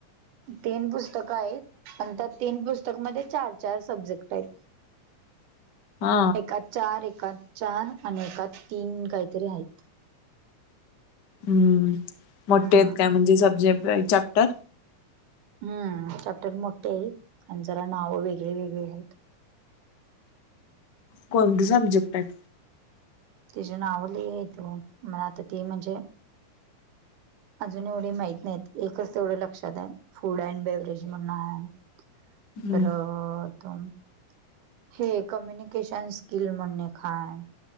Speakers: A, on the right (about 80°); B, on the left (about 80°).
A: तीन पुस्तकं आहेत. पण त्या तीन पुस्तकमध्ये चार- चार सबजेक्ट आहेत.
B: हा
A: एकात - चार. एकात चार आणि एकात तीन काहीतरी आहेत.
B: हम्म. मोठे
A: हम्म
B: आहेत काय म्हणजे सब्जेक्ट चॅप्टर?
A: हम्म. चॅप्टर मोठे आहेत आणि जरा नावं वेगळे वेगळे आहेत.
B: कोणते सब्जेक्ट आहेत?
A: त्याचे नाव <unintelligible> आहेत म आता ते म्हणजे- अजून एवढे माहित नाहीत. एकच तेवढं लक्षात आहे फूड अँड बेव्हरेज म्हणून आहे.
B: हम्म
A: परत - हे ए. कम्युनिकेशन स्किल म्हणून एक हाय.